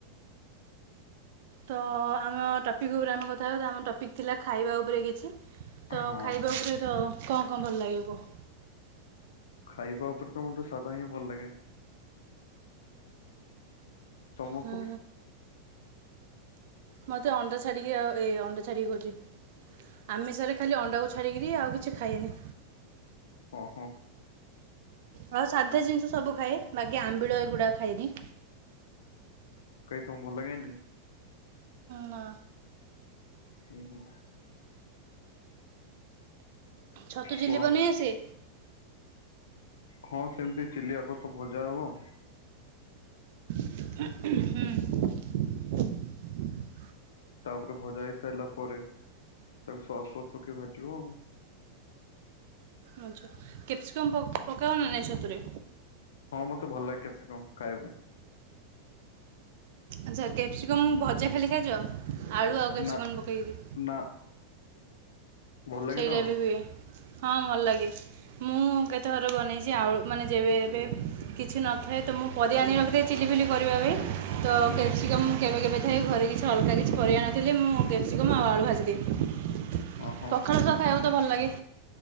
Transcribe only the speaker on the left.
ହଁ
ଖାଇବା ଉପରେ ତ ମୋତେ ସାଧା ହିଁ ଭଲ ଲାଗେ। ତମକୁ
ଓ ହୋ।
କାଇଁ ତୁମକୁ ଭଲ ଲାଗେନି?
ହୁଁ, ହୁଁ।
କୁହ।
ହଁ ସେମିତି ଚିଲିଆକ ତ ଭଜା ହବ।
ତାପରେ ଭଜା ହେଇ ସାରିଲା ପରେ, ତାକୁ ସସ୍ ଫସ୍ ପକେଇ ଭାଜିବ ଆଉ।
ହଁ,
ମୋତେ ଭଲ ଲାଗେ କେତେ କଣ ଖାଇବୁ?
ନା
ନା ଭଲ ଲାଗେ
ନା କଣ
ହୁଁ
ଓହୋ